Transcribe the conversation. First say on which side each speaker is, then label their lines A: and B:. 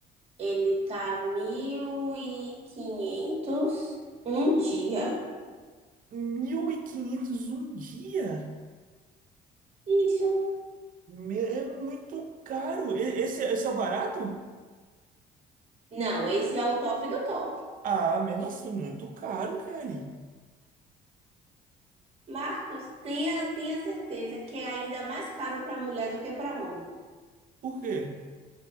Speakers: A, on the right; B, on the right.
A: ele tá mil e quinhentos um dia.
B: mil e quinhentos um dia?
A: Isso.
B: Me- É muito caro. E- Esse, esse é o barato?
A: Não, esse é o top do top.
B: Ah, mesmo assim, muito caro, Kelly.
A: Marcos, tenha, tenha certeza que é ainda mais caro para mulher do que para homem.
B: Por quê?